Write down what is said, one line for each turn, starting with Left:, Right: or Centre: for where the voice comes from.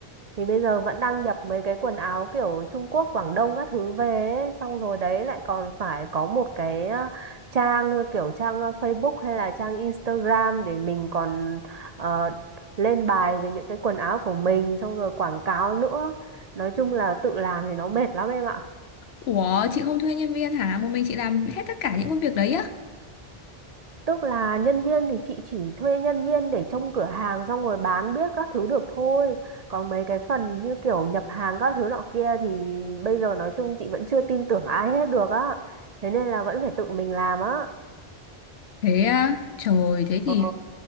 Right: thì bây giờ vẫn đang nhập mấy cái quần áo kiểu Trung Quốc, Quảng Đông các thứ về ấy. Xong rồi đấy lại còn phải có một cái ờ, trang như kiểu trang ờ, Facebook hay là trang Instagram để mình còn ờ, lên bài về những cái quần áo của mình xong rồi quảng cáo nữa nói chung là tự làm thì nó mệt lắm em ạ
Left: Ủa chị không thuê nhân viên hả? Một mình chị làm hết tất cả những công việc đấy á?
Right: Tức là nhân viên thì chị chỉ thuê nhân viên để trông cửa hàng xong rồi bán biết các thứ được thôi. Còn mấy cái phần như kiểu nhập hàng các thứ nọ kia thì bây giờ nói chung chị vẫn chưa tin tưởng ai hết được á. Thế nên là vẫn phải tự mình làm á.
Left: Thế à? Trời thế thì
Right: Ờ,